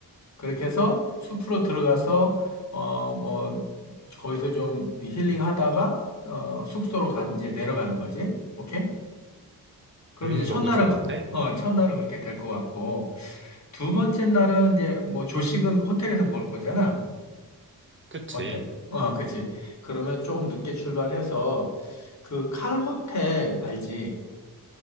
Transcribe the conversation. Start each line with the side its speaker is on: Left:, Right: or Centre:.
Left: 그렇게 해서 숲으로 들어가서, 어, 뭐, 거기서 좀 힐링 하다가, 어, 숙소로 가, 이제 내려가는 거지. 오케이? 그럼
Right: 음,
Left: 이제 첫날은
Right: 너무 좋은데?
Left: 그, 어, 첫날은 그렇게 될 것 같고 두 번째 날은 이제 뭐 조식은 호텔에서 먹을 거잖아.
Right: 그치.
Left: 어때? 어, 그지. 그러면 조금 늦게 출발해서 그 칼 호텔 알지?